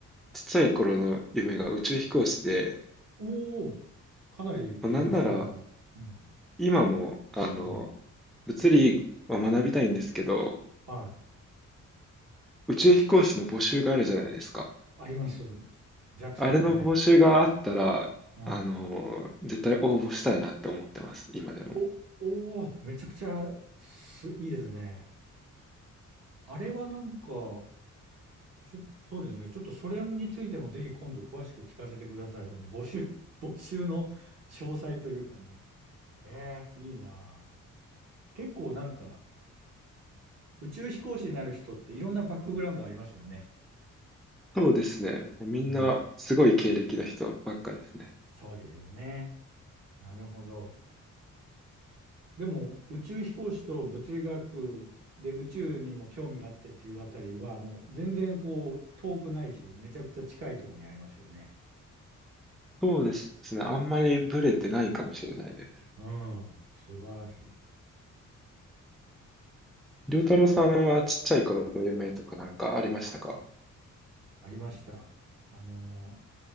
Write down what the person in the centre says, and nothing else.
ちっちゃい頃の夢が宇宙飛行士で、
まあなんなら
今もあの
物理は学びたいんですけど、
宇宙飛行士の募集があるじゃないですか。
あれの募集があったら、
あの絶対応募したいなって思ってます、今でも。
そうですね。みんなすごい経歴の人ばっかですね。
そうですね。あんまりブレてないかもしれないです。
りょうたろうさんはちっちゃい頃の夢とかなんかありましたか